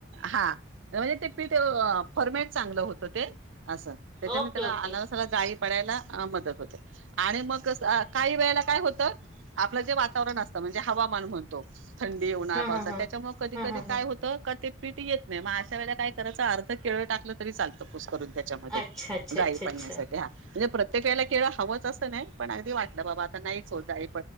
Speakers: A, on the right; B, on the right.
A: हा म्हणजे ते पीठ फॉर्मेट चांगलं होतं ते असं त्याच्या
B: ओके
A: नंतर अनारसाला
B: ओके
A: जाई तळायला मदत होतंय आणि मग कसं काही वेळेला काय होतं आपलं जे वातावरण असतं म्हणजे हवामान म्हणतो थं उन्हात पावसात
B: हा हा
A: त्यांच्या मुळं कधी
B: हा
A: कधी
B: हा हा
A: काय होतं का ते पीटी येत नाही मग अशा वेळेला काय करायंच अर्ध केळ टाकलं तरी तरी चालतं कुस्करून त्यातं त्याच्यामध्ये
B: अच्छा अच्छा
A: जाई
B: अच्छा अच्छा
A: पडण्यासाठी हा म्हणजे प्रत्येक वळेला केळ हवंच असं नाही पण अगदी वाटलं बाबा आता नाहीच होतं आहे.